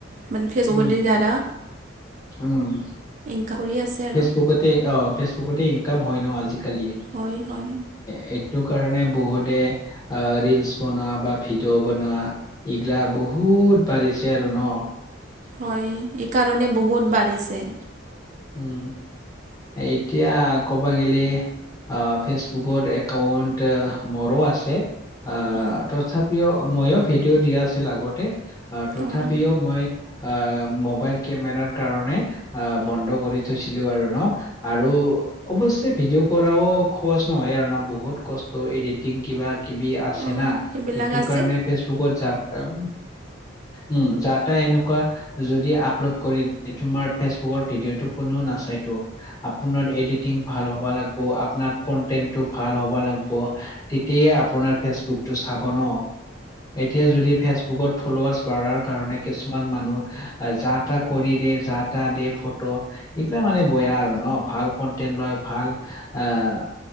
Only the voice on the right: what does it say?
মানে ফেচবুকৰ
দ্বাৰা
এনেকা কৰি আছে। আৰু
হয় হয়
হয়, এইকাৰণে বহুত বাঢ়িছে।
উম,
অঁ
অঁ
সেইবিলাক
আছে